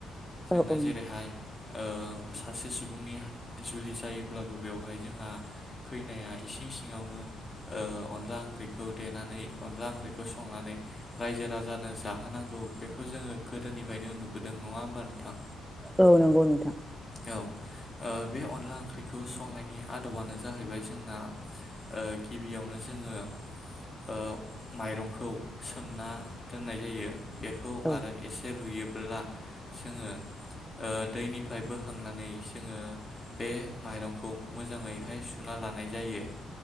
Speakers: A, on the left; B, in the centre.
A: जोंना
B: औ औ
A: जेरैहाय ओ सासे सुबुंनि जुलि जायोब्लाबो बेवहाय जोंहा खैनाया इसिं सिङावनो ओ अनला ओंख्रिखौ देनानै अनला ओंख्रिखौ संनानै रायजो राजानो जाहोनां गौ बेखौ जोङो गोदोनिफ्रायनो नुबोदों नङा होमबा नोंथां?
B: औ नंगौ नोंथां।
A: औ ओ बे अनला ओंख्रिखौ संनाय नि आदबानो जाहैबाय जोंना ओ गिबियावनो जोङो ओ माइरंखौ सोमना दोननाय जायो। बेखौ
B: औ
A: आरो एसे रुयोब बोला जोङो ओ दोनैनिफ्राय बोखांनानै जोङो बे माइरंखौ मोजाङैहाय सुना लानाय जायो